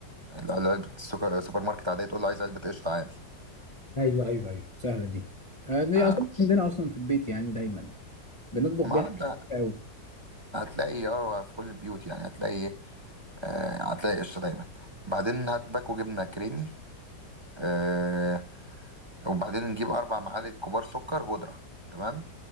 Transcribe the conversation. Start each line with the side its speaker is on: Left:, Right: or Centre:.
Right: الع- علبه السوكر- السوبر ماركت عاديه تقول له عايز علبه قشطه عادي
Left: ايوه ايوه ايوه سهله دي آه، دي
Right: آه،
Left: اظن عندنا اصلا في البيت يعني دايما بنطبخ بيها
Right: ما
Left: حاجات
Right: ده
Left: كتير قوي
Right: هتلاقي اه في كل البيوت يعني هتلاقي ايه، آه هتلاقي قشطه دايما بعدين هات باكو جبنه كريمي آه وبعدين نجيب اربع معالق كبار سكر بودره تمام